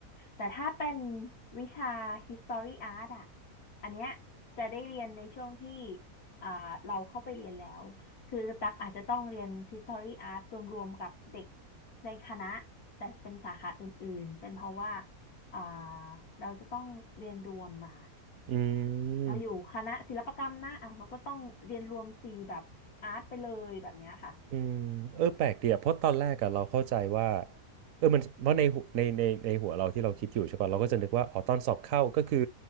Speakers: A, on the left; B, on the right.
A: แต่ถ้าเป็นวิชา History Art อ่ะอันเนี้ยจะได้เรียนในช่วงที่อ่าเราเข้าไปเรียนแล้ว คือตักอาจจะต้องเรียน History Art รวมๆกับเด็กในคณะแต่เป็นสาขาอื่นๆ เป็นเพราะว่าอ่าเราจะต้องเรียนรวมมา
B: อืม
A: เราอยู่คณะศิลปกรรมนะอ่ะเราก็ต้องเรียนรวมสีแบบอาร์ตไปเลยแบบเนี้ยค่ะ
B: อืมเออแปลกดีอะเพราะตอนแรกอะเราเข้าใจว่าเออมันเพราะในหัวในในในหัวเราที่เราคิดอยู่ใช่ป่ะเราก็จะนึกว่าอ๋อตอนสอบเข้าก็คือ